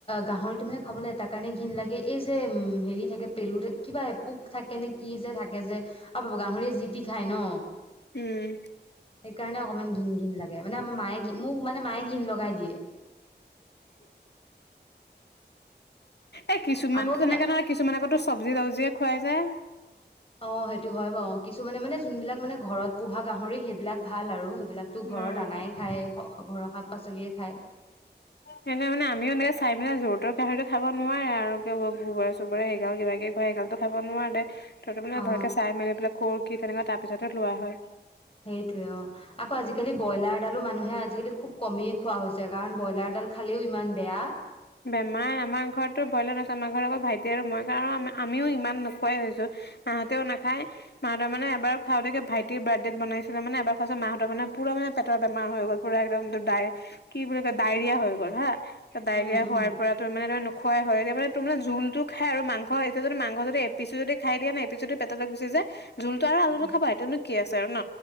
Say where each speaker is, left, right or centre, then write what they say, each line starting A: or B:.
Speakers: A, on the left (about 30°); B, on the left (about 65°).
A: গাহৰিটো মানে খাবলৈ এটাৰ কাৰণে ঘিণ লাগে, এই যে হেৰি থাকে, পেলু কিবা পোক থাকে নে কি যে থাকে যে। অ, <unintelligible> গাহৰি জি টি খাই ন!
B: উম।
A: সেইকাৰণে অকণমান ঘিন-ঘিন লাগে, মানে আমাৰ মায়ে মোক মানে মায়ে ঘিন লগাই দিয়ে।
B: এ, কিছুমান
A: আকৌ কিন্তু
B: তেনেকােৱা নহয়। কিছুমান আকৌ টোৰ চব্জি-তাবজিয়ে খুৱাই যে।
A: অ, সেইটো হয় বাৰু! কিছুমানে মানে, যোনবিলাক মানে ঘৰত পোহা গাহৰি, সেইবিলাক ভাল আৰু সেইবিলাক তো
B: উম
A: ঘৰৰ দানাই খায়। ঘৰৰ শাক-পাচলিয়ে খায়।
B: সেনে মানে আমিও, এনেকে চাই পেলাই যৰ-তৰ গাহৰি খাব নোৱাৰে আৰু, গোবৰে-চোবৰে সেই কিবা-কিবি হয়, এগাল খাব নোৱাৰাৰে, তাতে মানে
A: অ
B: ভালকে চাই-মেলি পেলাই কৰ কি হয়, তেনেকুৱা তাৰ পিছতে লোৱা হয়।
A: সেইটোৱে, অ। আকৌ আজিকালি ব্ৰইলাৰডালো মানুহে আজিকালি খুব কমেই খোৱা হৈছে, কাৰণ ব্ৰইলাৰডাল খালেও ইমান বেয়া।
B: বেমাৰ, আমাৰ ঘৰতটো ব্ৰইলাৰ নাখাই, আমাৰ ঘৰত আকৌ ভাইটি আৰু মই খাওঁ, আমিও ইমান নোখোৱাই হৈছো। মাহঁতেও নাখায়। মাহতৰ মানে এবাৰ খাওঁতে, ভাইটিৰ বাৰ্থডেত বনাইছিলে মানে, এবাৰ খাওঁতে মাহতৰ মানে পুৰা মানে পেটৰ বেমাৰ হৈ গ'ল। পুৰা একদম ডায় কি বুলি কয়, ডাইেৰিয়া হৈ গ'ল হা। তাৰপিছত ডাইেৰিয়া
A: উম উম
B: খোৱাৰ পৰা তোৰ মানে নোখুৱাই হয়। এতিয়া মানে তোৰ মানে জোলটো খাই আৰু মাংস এতিয়া মাংস যদি এপিছো যদি খাই দিয়া নাই, এপিচ যদি পেটতে গুচি যায়, জোলটো আৰু আলুটো
A: উম
B: খাব পাৰে, সেইটো নো কি আছে আৰু ন!